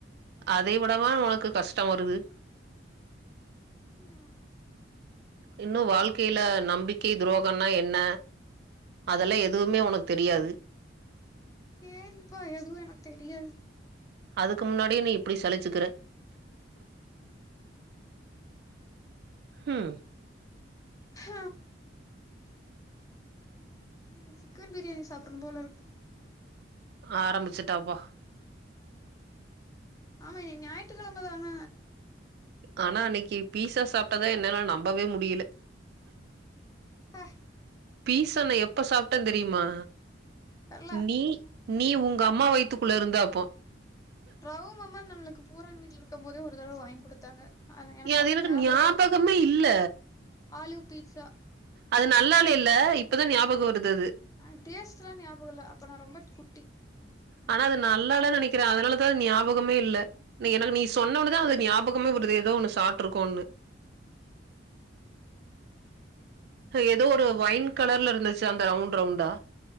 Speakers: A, on the right (about 55°); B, on the left (about 20°).
A: அதை விடவா ஒனக்கு கஷ்ட வருது
B: ம்
A: இன்னு வாழ்க்கைல நம்பிக்கை துரோகொன்னா என்ன அதெல்லா எதுவுமே ஒனக்கு தெரியாது
B: சேரிப்பா எதுவு எனக் தெரியாது
A: அதுக்கு முன்னாடியே நீ இப்பிடி சலிச்சுக்கிற ஹும்
B: ஹ எனக்கு சிக்கன் பிரியாணி சாப்பிர்னும் போல இருக்கு
A: ஆரம்பிச்சுட்டாப்பா
B: ஆமா இன்னை ஞாயிற்றுக்கெழமதான
A: ஆனா அன்னக்கி பீசா சாப்ட்டதுதா என்னால நம்பவே முடியல
B: ஹ
A: பீசா நா எப்ப சாப்ட்டே தெரியுமா?
B: தெர்ல
A: நீ நீ உங்க அம்மா வயித்துக்குள்ள இருந்தப்போ
B: ரகு மாமா நம்மளுக்கு பூரான் வீட்ல இருக்கும் போதே ஒரு தடவ வாங்கி குடுத்தாங்க. ஆனா எனக்கு
A: ஏன்
B: நல்லா
A: அது
B: ஞாபகோ
A: ஞாபகமே
B: இருக்கு
A: இல்ல.
B: ஆலிவ் பீட்சா
A: அது நல்லா இல்லயல்ல இப்பதா ஞாபகோ வருது அது
B: ஆ டேஸ்ட்லா ஞாபகோ இல்ல அப்ப நா ரொம்ப குட்டி
A: ஆனா அது நல்லா இல்லன்னு நெனைக்கிறே. அதனாலதா ஞாபகமே இல்ல. நீ எனக்கு நீ சொன்ன உட்னதா அது ஞாபகமே வருது ஏதோ ஒண்ணு சாப்ட்ருக்கோம்னு
B: ம் ஹும்
A: ஹ ஏதோ ஒரு வைன் கலர்ல இருந்துச்சு அந்த ரவுண்ட் ரவுண்டா.